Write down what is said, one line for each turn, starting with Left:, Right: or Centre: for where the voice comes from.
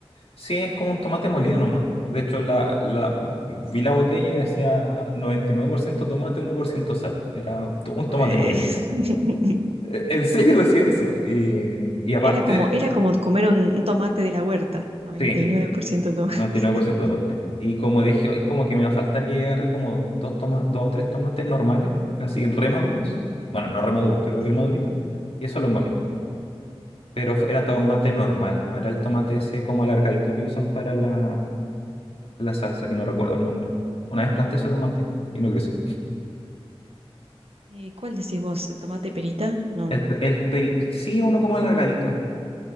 Left: Sí, es como un tomate molido
Right: Ujú.
Left: nomás. De hecho, la, la, vi la botella y decía 99% tomate, uno por ciento sal. Era to- un
Right: Bueno.
Left: tomate molido.
Right: <laughs>
Left: Eh, En serio <laughs> decía eso. Y, y aparte,
Right: Era como, era como comer un, un tomate de la huerta, noventa
Left: sí,
Right: y nueve por ciento tomate.
Left: noventa y nueve por ciento
Right: <laughs>
Left: tomate. Y como dije, ay, como que me va a faltar, y ahí agarré como dos tomates, dos o tres tomates normales, así remaduros. Bueno, no remaduros, pero
Right: Sí.
Left: bien maduritos. Y eso lo molé. Pero fue- era tomate normal, no era el tomate ese como alargadito que usan para la, la salsa, que no recuerdo el nombre. Una vez planté ese tomate y y no creció.
Right: Eh, ¿cuál decís vos? ¿Tomate perita? No.
Left: El, pe- el peri- sí, es uno como alargadito.